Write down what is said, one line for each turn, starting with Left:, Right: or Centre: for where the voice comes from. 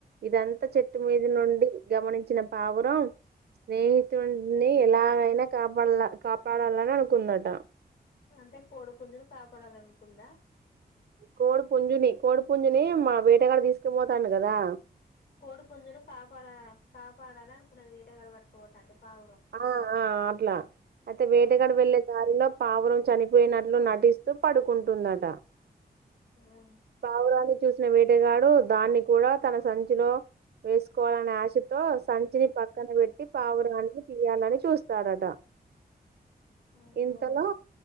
Right: ఇదంతా చెట్టు మీద నుండి గమనించిన పావురం స్నేహితుడిని ఎలాగైనా కాపాడ కాపాడాలని అనుకుందట
Left: అంటే కోడి పుంజుని కాపాడాలి అను ఉందా
Right: కోడి పుంజుని కోడి పుంజుని మా వేట గాడు తీసుకుపోతాండు కదా
Left: కోడు పుంజును కాపాడ కాపాడాల అనుకున్నది వేటగాడు పట్టుకపోతాంటే పావురం
Right: ఆ ఆ అట్లా అయితే వేటగాడు
Left: ఆ
Right: వెళ్ళే దారిలో పావురం చనిపోయినట్లు నటిస్తూ పడుకుంటుందట
Left: ఆ
Right: పావురాన్ని చూసిన వేటగాడు దాన్ని కూడా తన సంచిలో వేసుకోవాలనే ఆశతో సంచిని పక్కన పెట్ ట్టి పావురాన్ని తీయాలని చూస్త స్తాడట
Left: అవును
Right: ఇంతలో